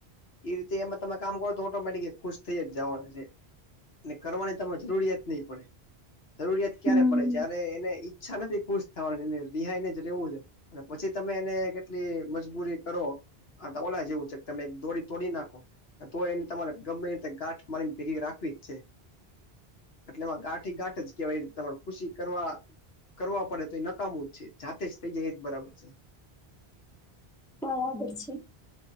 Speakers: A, on the left; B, in the centre.
A: એ રીતે એમાં તમે કામ કરો તો ઓટોમેટિક ખુશ થઈ જવાનું છે. ને કરવાની તમે જરૂરિયાત નહીં પડે. જરૂરિયાત ક્યારે
B: હમ
A: પડે જ્યારે એને ઈચ્છા નથી ખુશ થવાની એને રિહાઈ ને જ રહેવું છે. અને પછી તમે એને કેટલી મજબૂરી કરો હા તો ઓલા જેવું છે તમે દોડી તોડી નાખો. તો એને તમારે ગમે રીતે ગાંઠ મારીને ભેગી રાખવી જ છે. એટલે એમાં ગાંઠી ગાંઠ જ કેવા એ રીતે તેમા ખુશી કરવા કરવા પડે તો એ નકામું જ છે જાતે જ થઇ જાય એ જ બરાબર છે.
B: હા બરાબર છે.